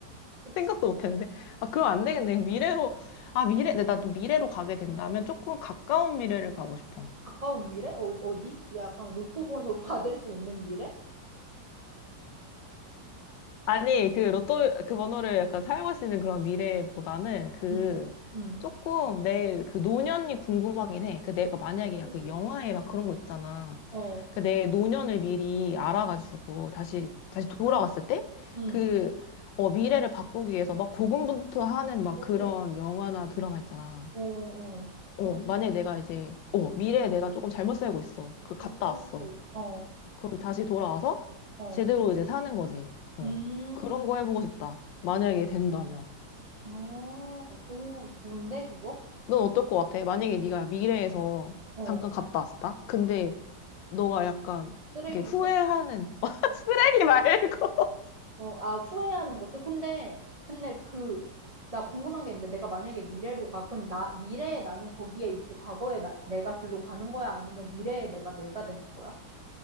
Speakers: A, on the right (about 75°); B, on the left (about 80°).
A: 그치?
B: 생각도 못 했는데. 아, 그럼 안 되겠네. 미래로, 아, 미래, 근데 나도 미래로 가게 된다면 조금 가까운 미래를 가고 싶어.
A: 가까운 미래? 어, 어디? 약간 로또 번호 <laughs> 받을 수 있는 미래?
B: 아니, 그 로또, 그 번호를 약간 사용할 수 있는 그런 미래보다는 그
A: 응, 응,
B: 조금 내 그 노년이 궁금하긴 해. 그 내가 만약에
A: 오.
B: 약간 영화에 막 그런 거 있잖아.
A: 어,
B: 그 내 노년을 미리 알아가지고 다시, 다시 돌아왔을 때
A: 응.
B: 그, 어, 미래를 바꾸기 위해서 막 고군분투하는 막
A: 오,
B: 그런 영화나 드라마 있잖아.
A: 어, 어, 어.
B: 어,
A: 아,
B: 만약에 내가 이제, 어, 미래에 내가 조금 잘못 살고 있어. 그 갔다
A: 오,
B: 왔어.
A: 어,
B: 그럼 다시 돌아와서
A: 어.
B: 제대로 이제 사는 거지. 어.
A: 음,
B: 그런 거 해보고 싶다. 만약에 된다면.
A: 아, 오, 좋은데, 그거?
B: 넌 어떨 것 같아? 만약에 네가 미래에서
A: 어,
B: 잠깐 갔다 왔다? 근데 너가 약간
A: 쓰레기를,
B: 이렇게 후회하는 <laughs> 쓰레기 말고
A: 어, 아, 후회하는 것도. 근데, 근데 그, 나 궁금한 게 있는데, 내가 만약에 미래로 가, 그럼 나, 미래에 나는 거기에 있고, 과거에 나, 내가 글로 가는 거야? 아니면 미래에 내가 내가 되는 거야?